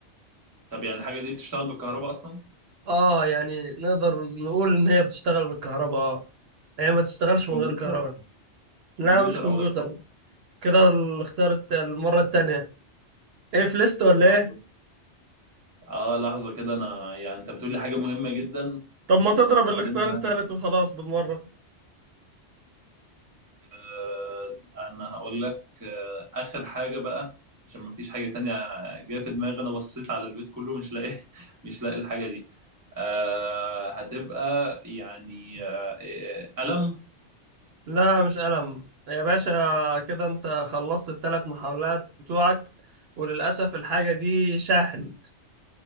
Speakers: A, on the right; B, on the right.
A: طب يعني الحاجه دي بتشتغل بالكهرباء اصلا
B: اه يعني نقدر نقول ان هي بتشتغل بالكهرباء اه هي ما تشتغلش
A: كمبيوتر
B: من غير كهرباء لا
A: كمبيوتر
B: مش كمبيوتر
A: او لابتوب
B: كده الاختيار الت- المرة التانية ايه في ليست
A: طيب
B: ولا
A: لحظه
B: ايه؟
A: اه لحظه كده انا يعني انت بتقولي حاجه مهمه جدا
B: طب ما
A: وبنستخدمها
B: تضرب الاختيار التالت وخلاص بالمرة
A: آه، انا هقول لك آه، اخر حاجه بقى عشان مفيش حاجه تانية جايه في دماغي انا بصيت على البيت كله مش لاقي <laughs> مش لاقي الحاجه دي آه، هتبقى يعني آه، آه، قلم
B: لا مش ألم يا باشا كده انت خلصت التلات محاولات بتوعك وللأسف الحاجة دي شاحن